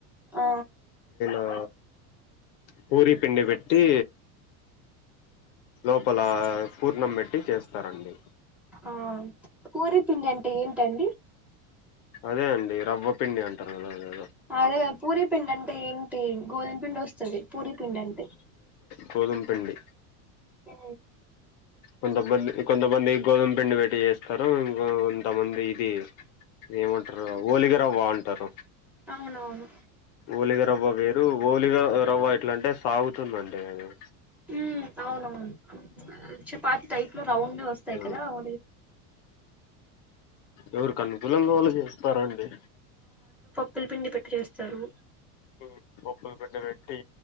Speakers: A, in the centre; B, on the left (about 50°).
A: ఆ
B: ఆ పూరీ పిండి బెట్టీ లోపలా పూర్ణం బెట్టి చేస్తారండి
A: ఆ పూరీ పిండంటె ఏంటండి
B: అదే అండి రవ్వ పిండి అంటరు గదా
A: అదే గద పూరీ పిండంటె ఏంటీ గోధమ్పిండొస్తది పూరీ పిండంటె
B: గోధమ్ పిండి
A: ఉ
B: కొంతమందికి కొంతమంది గోధుమ్పిండి బెట్టి జేస్తరూ ఇగ కొంతమంది ఇది ఏమంట్రూ ఓలిగరవ్వాంటరు
A: అవునవును
B: ఓలిగరవ్వ వేరూ ఓలిగ అ రవ్వ ఎట్లంటె సాగుతుందండీది
A: ఊ అవునవును చపాతి టైప్లొ రౌండ్గొస్తాయి
B: ఆ
A: కదా <inaudible>
B: ఎవరికనుకూలంగ వాళ్లు జేస్తారండి
A: ప్పల్ పిండి పెట్టి చేస్తారు
B: మ్మ్ కొప్పుల్ ఎండబెట్టి